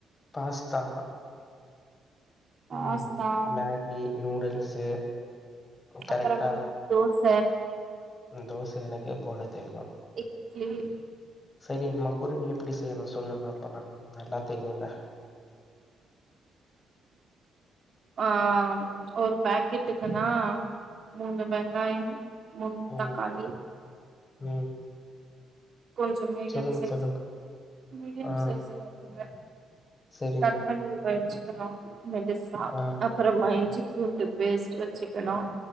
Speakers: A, on the left; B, on the right.
A: பாஸ்தா
B: பாஸ்தா
A: ம் மேகி நூடுல்ஸு ம் கரெக்டா
B: அப்பறமா தோச
A: தோச எனக்கே போட தெரியு
B: இட்லி
A: சேரி மக்ரூனி எப்டி செய்யணு சொல்லுங்க அப்பனா நல்லா தெரியுல்ல
B: ஆ ஒரு பேக்கெட்டுக்குனா மூணு வெங்காயம் மூண்
A: ம்
B: தக்காளி
A: ம்
B: கொஞ்ச மீடியம்
A: சொல்லுங்க
B: சைஸ்
A: சொல்லுங்க
B: மீடியம்
A: ஆ
B: சைஸு வாங்குங்க
A: செரிங்க
B: கட் பண்ணி வெச்சுக்கணு மெது சாஃப்ட்
A: ஆ
B: அப் அப்பறமா இஞ்சி பூண்டு பேஸ்ட்டு வெச்சுக்கணு